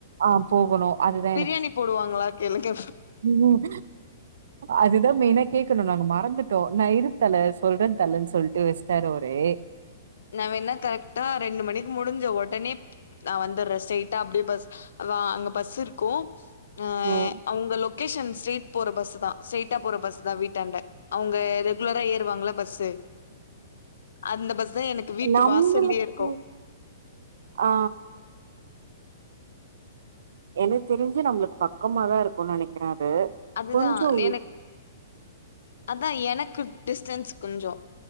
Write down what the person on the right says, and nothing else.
ஆ போகணு அதுதா
ம் அதுதா மெய்னா கேக்கணு நாங்க மறந்துட்டோ நா இரு தல சொல்ற தலன்னு சொல்ட்டு வஸ்டாரு அவ்ரு
ம்
நம்முளுக்
ஆ எனக் தெரிஞ்சு நம்ளுக்கு பக்கமாதா இருக்குன் நனைக்கிற அது
கொஞ்சோ